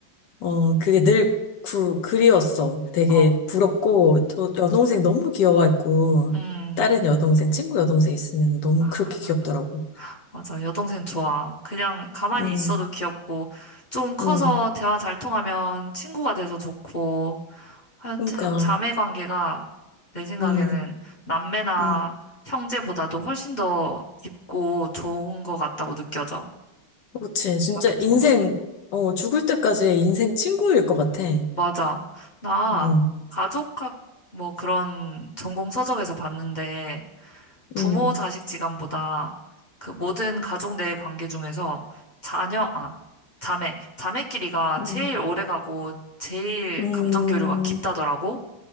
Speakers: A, on the left; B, on the left.
A: 어 그게 늘 구, 그리웠어. 되게
B: 어,
A: 부럽고 또 여동생 너무 귀여워했고
B: 음,
A: 다른 여동생 친구 여동생 있으면 너무
B: 아,
A: 그렇게 귀엽더라고.
B: 맞아. 여동생 좋아. 그냥 가만히
A: 음.
B: 있어도 귀엽고, 좀 커서
A: 음,
B: 대화 잘 통하면 친구가 돼서 좋고, 하여튼
A: 그러니까,
B: 자매 관계가 내 생각에는
A: 음,
B: 남매나
A: 음,
B: 형제보다도 훨씬 더 깊고 좋은 것 같다고 느껴져.
A: 그렇지. 진짜
B: 자매 좋아.
A: 인생, 어, 죽을 때까지의 인생 친구일 것 같아.
B: 맞아. 나
A: 음,
B: 가족학 뭐 그런 전공 서적에서 봤는데, 부모
A: 음,
B: 자식 지간보다 그 모든 가족 내 관계 중에서 자녀, 아, 자매, 자매끼리가 제일
A: 음,
B: 오래가고 제일
A: 음,
B: 감정 교류가 깊다더라고.